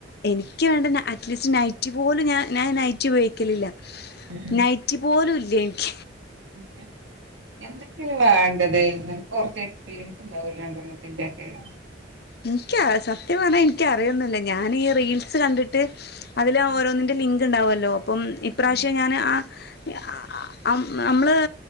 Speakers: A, on the left; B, on the right.
A: എനിക്ക് വേണ്ട അറ്റ്ലീസ്റ്റ് നൈറ്റ് പോലുംഞാൻ ഞാൻ നൈറ്റ് ഉയോഗിക്കലില്ല
B: ഉം
A: നൈറ്റി പോലുംല്ല ലെൻ <unintelligible>
B: ഉം എന്തൊക്കിലോ വേണ്ടത് നിങ്ങക്ക് കൊറച്ച് എക്സ്പീരിയൻസ് ണ്ടാവൂല്ലേ രണ്ടെണ്ണത്തിറന്റെ ഒക്കെ
A: എനിക്ക് സത്യം പറഞ്ഞാൽ എനിക്കറിയന്നില്ല ഞാൻീ റീൽസ് കണ്ടിട്ട് അതില്
B: ഉം
A: ഓരോന്നന്റെ ലിങ് ഉണ്ടാവുമല്ലോ പ്പം ഇപ്രാവശ്യം
B: ഉം
A: ഞാന് ആ നമ്മള്